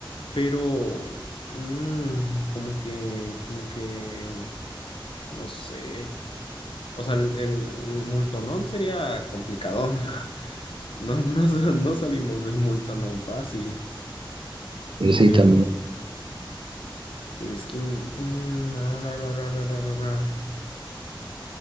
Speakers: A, on the left; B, on the right.
A: Pero, mm, como que, como que, no sé. O sea, el, el, el multonón sería complicado. <laughs> No, no, sa- no salimos del multonón fácil,
B: Pero sí,
A: pero...
B: también.
A: Pero es que... mm, ah, ra, ra, ra, ra, ra, ra, ra.